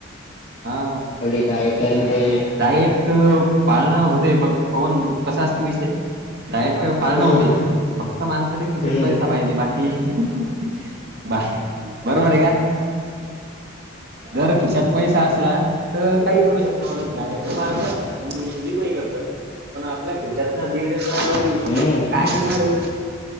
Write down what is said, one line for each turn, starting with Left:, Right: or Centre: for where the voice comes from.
Right: हा.
Left: एवढी डाएट आण ते
Right: डाएट अ पाळणं होते बघ पवन कसा असतो विषय डाएट अ पाळण
Left: हम्म
Right: होते फक्त माणसाच्या खिशात
Left: हम्म
Right: पैसा पाहिजे बाकी <unintelligible> बरोबर आहे का? जर खिशात पैसा असला तर काही करू शकतो माणूस डाए पाळतं आणि जिमही करत पण आपल्या खिशात ना दीड ना दमडी
Left: हम्म
Right: काय करणारय?